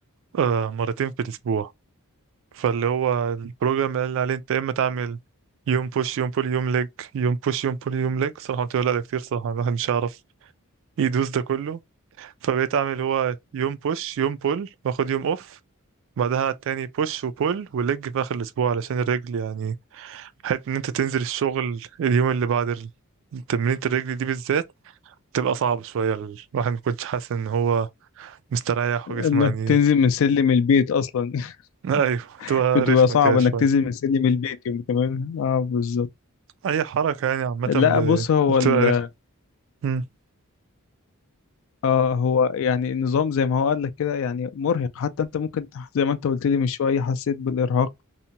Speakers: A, on the right; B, on the left.
A: آه، مرتين في الأسبوع فاللي هو البروجرام اللي عليه أنت يا إما تعمل يوم بوش يوم بول يوم ليج يوم بوش يوم بول يوم ليج صراحة قلت له لا ده كتير صراحة الواحد مش هيعرف يدوس ده كله فبقيت أعمل هو يوم بوش يوم بول وآخد يوم أوف بعدها تاني بوش وبول وليج في آخر الأسبوع علشان الرجل يعني حتى إن أنت تنزل الشغل اليوم اللي بعد ال- تمرينة الرجل دي بالذات تبقى صعبة شوية الواحد ما كنتش حاسس إن هو مستريح وجسمه
B: انك
A: يعني
B: تنزل من سلم البيت اصلا <laughs>
A: ايوه تبقى
B: بتبقى
A: رخمة
B: صعب
A: كده شوية
B: انك تنزل من سلم البيت يوم كمان اه بالظبط
A: اي حركة يعني عامة
B: لا
A: ب-
B: بص هو
A: بتبقى
B: ال...
A: رخمة امم
B: آه هو يعني النظام زي ما هو قال لك كده يعني مرهق حتى انت ممكن زي ما انت قلت لي من شويه حسيت بالارهاق